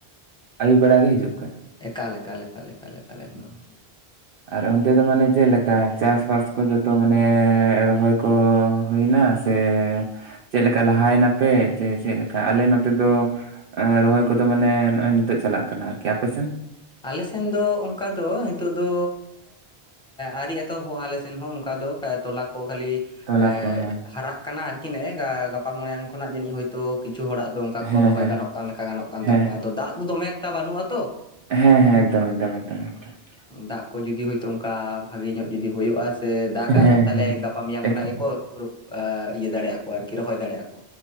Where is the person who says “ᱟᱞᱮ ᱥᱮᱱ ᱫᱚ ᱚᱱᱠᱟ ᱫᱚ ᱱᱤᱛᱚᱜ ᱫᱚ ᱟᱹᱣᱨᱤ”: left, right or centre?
Centre